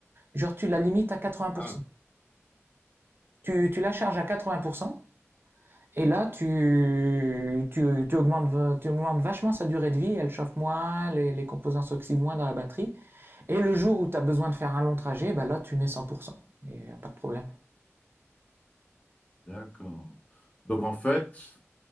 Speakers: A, on the right; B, on the left.
A: Genre, tu la limites à 80%.
B: Ah,
A: Tu, tu la charges à 80%, et là, tu, tu, tu, augmentes, tu augmentes vachement sa durée de vie, elle chauffe moins, les, les composants s'oxydent moins dans la batterie. Et le jour où tu as besoin de faire un long trajet, bah là, tu mets 100%. Et y a pas de problème.
B: d'accord. Donc en fait,